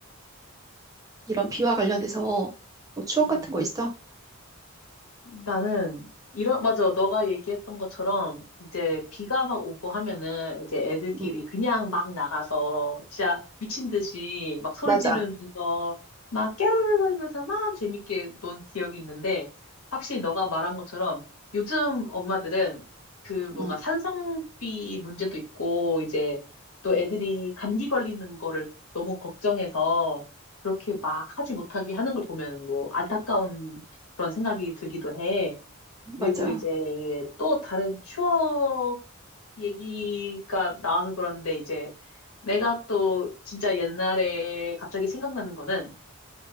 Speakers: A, on the right; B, on the left.
A: 이런 비와 관련돼서 뭐 추억
B: 음,
A: 같은 거 있어?
B: 나는 이런 맞아 너가 얘기했던 것처럼 이제 비가 막 오고 하면은 이제 애들끼리
A: 응,
B: 그냥 막 나가서 진짜 미친 듯이 막 소리
A: 맞아.
B: 지르면서 막 깨르르거리면서 막 재밌게 논 기억이 있는데 확실히 너가 말한 것처럼 요즘 엄마들은 그 뭔가
A: 응,
B: 산성비 문제도 있고 이제 또 애들이 감기 걸리는 거를 너무 걱정해서 그렇게 막 하지 못하게 하는 걸 보면 뭐 안타까운 그런 생각이 들기도 해. 그리고
A: 맞아.
B: 이제 또 다른 추억 얘기가 나와서 그런데 이제 내가 또 진짜 옛날에 갑자기 생각나는 거는